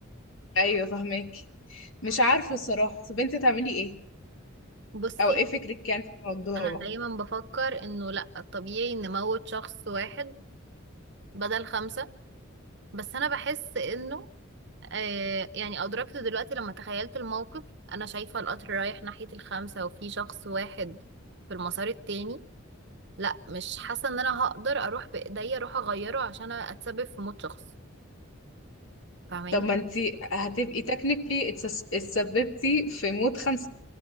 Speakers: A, on the left; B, on the right.
A: ايوه فاهمك مش عارفه الصراحه طب انت هتعملي ايه
B: بصي
A: او ايه فكرك يعني في الموضوع
B: انا دايما بفكر انه لا الطبيعي ان موت شخص واحد بدل خمسه بس انا بحس انه آه يعني أدركت دلوقتي لما تخيلت الموقف أنا شايفة القطر رايح ناحية الخمسة وفي شخص واحد في المسار التاني لا مش حاسة إن أنا هقدر أروح بإيديا أروح أغيره عشان أتسبب في موت شخص فاهماني
A: طب ما انتي هتبقي تكنيكلي اتسببتي في موت خمسة